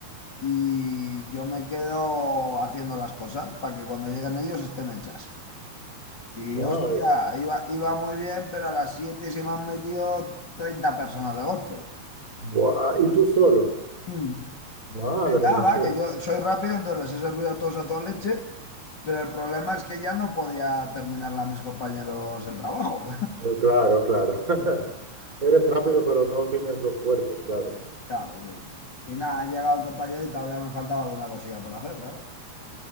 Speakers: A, on the left (about 35°); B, on the right (about 25°).
A: y yo me quedo haciendo las cosas para que cuando lleguen ellos estén hechas. Y
B: Ah,
A: hostia, iba, iba muy bien, pero a las siete se me han metido 30 personas de golpe.
B: buah. ¿Y tú solo?
A: Hmm.
B: Madre
A: Y nada,
B: mía.
A: va, que yo soy rápido, entonces les he servido a todos a toda leche, pero el problema es que ya no podía terminarla a mis compañeros el trabajo.
B: Eh, Claro, claro.
A: <laughs>
B: <laughs> Eres rápido, pero no tienes dos cuerpos, claro.
A: Claro, sí. Y nada, ha llegado el compañero y todavía me faltaba alguna cosilla por hacer, claro.